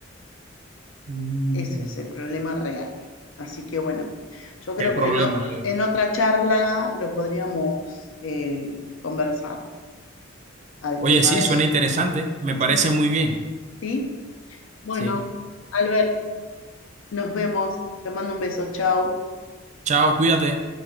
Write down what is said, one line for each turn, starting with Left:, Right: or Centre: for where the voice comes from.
Right: Mm,
Left: Ese es el problema real. Así que bueno, yo creo
Right: qué problema,
Left: que no,
Right: de verdad.
Left: en otra charla lo podríamos eh, conversar al
Right: Oye,
Left: tema
Right: sí,
Left: de...
Right: suena interesante. Me
Left: Sí,
Right: parece muy bien.
Left: sí. Bueno,
Right: Sí.
Left: Albert, nos vemos. Te mando un beso. Chao.
Right: Chao, cuídate.